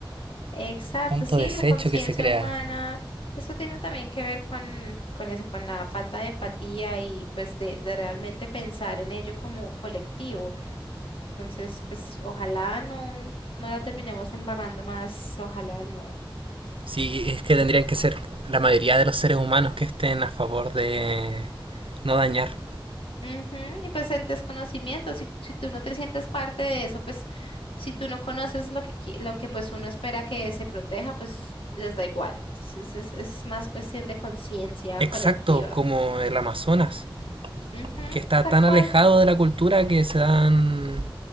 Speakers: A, on the left; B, on the right.
A: Exacto,
B: tanto
A: sí,
B: desecho
A: la conciencia
B: que se crea.
A: humana, eso tiene también que ver con, con eso, con la falta de empatía y pues de, de realmente pensar en ello como colectivo. Entonces, pues ojalá no, no la terminemos embarrando más, ojalá no.
B: Sí, es que tendrían que ser la mayoría de los seres humanos que estén a favor de no dañar.
A: Ujú, Y pues el desconocimiento, si, si tú no te sientes parte de eso, pues si tú no conoces lo que, qui- lo que pues uno espera que se proteja, pues les da igual. Entonces es, es más cuestión de conciencia
B: Exacto,
A: colectiva.
B: como el Amazonas,
A: Ujú,
B: que está
A: tal
B: tan
A: cual.
B: alejado de la cultura que se dan